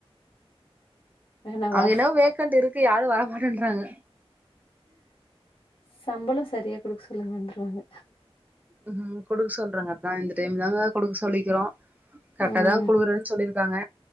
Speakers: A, on the left; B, on the right.
A: வேணாவா?
B: அங்க என்னவோ வேக்கண்ட் இருக்கு யாரு வரமாட்டன்றாங்க
A: சம்பள சரியா குடுக்க சொல்லுங்க வந்துருவாங்க
B: ம் குடுக்க சொல்றாங்கதா அதா இந்த டைம் தாங்க குடுக்க சொல்லிக்கிறோ கரெக்ட்டா
A: ம்.
B: தா குடுக்குறேன்னு சொல்லிருக்காங்க